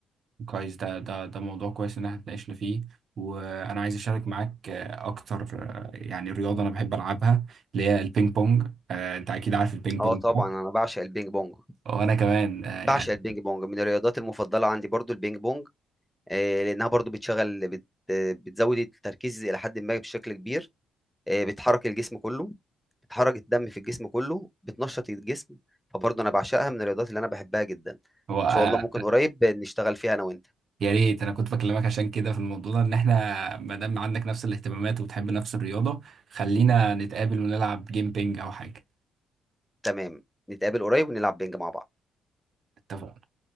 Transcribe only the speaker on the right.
كويس ده ده ده موضوع كويس ان احنا اتناقشنا فيه وانا عايز اشارك معاك آه، اكتر آه، يعني رياضه انا بحب العبها اللي هي البينج بونج آه، انت اكيد عارف البينج
بونج
ده.
وانا كمان آه،
يعني
هو آه،
يا ريت انا كنت بكلمك عشان كده في الموضوع ده ان احنا ما دام عندك نفس الاهتمامات وبتحب نفس الرياضه خلينا نتقابل ونلعب جيم بينج او حاجه
اتفقنا